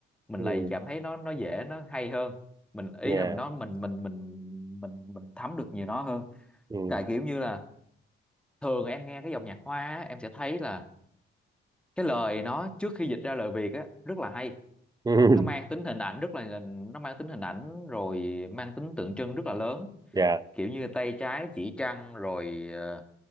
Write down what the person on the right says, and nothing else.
ừ,
dạ,
ừ,
ừ, <laughs>
dạ,